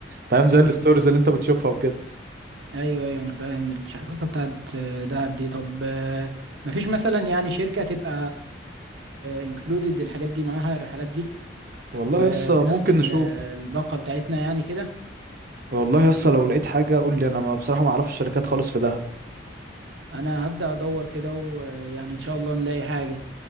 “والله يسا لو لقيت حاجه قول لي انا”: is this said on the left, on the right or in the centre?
Right